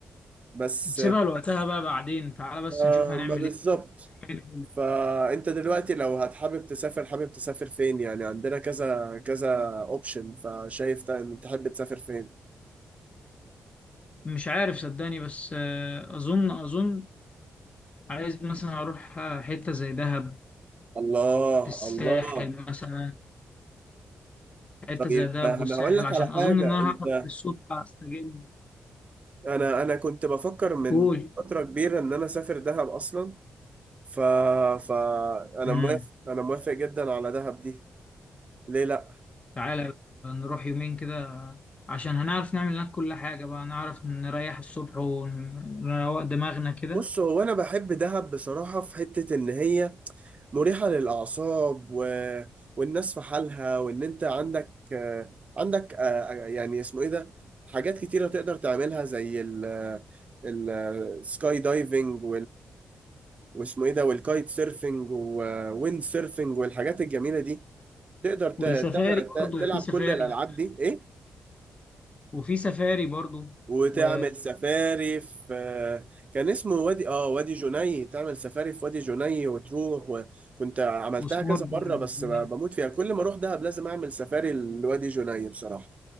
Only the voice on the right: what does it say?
بس
آه
ما بالظبط
فانت دلوقتي لو هتحابب تسافر حابب تسافر فين يعني عندنا كذا كذا اوبشن فشايف ت- إن تحب تسافر فين
الله
الله
طيب
انا
هقول لك
على حاجه
انت
انا انا كنت بفكر من
فتره كبيره ان انا اسافر دهب اصلا ف ف انا
موافق انا موافق جدا على دهب دي ليه لا
بص هو انا بحب دهب بصراحه في حته ان هي مريحه للاعصاب و... والناس في حالها وان انت عندك آه، عندك آه، آه، يعني اسمه ايه ده حاجات كتيره تقدر تعملها زي ال السكاي دايفنج واسمه ايه ده والكايت سيرفنج وويند سيرفنج والحاجات الجميله دي تقدر ت-
تعمل ت-
تلعب
كل الالعاب دي ايه
وتعمل
سفاري في كان اسمه وادي اه وادي جني تعمل سفاري في وادي جني وتروح وكنت عملتها
كذا مره بس
ب- بموت فيها كل ما اروح دهب لازم اعمل سفاري لوادي جني بصراحه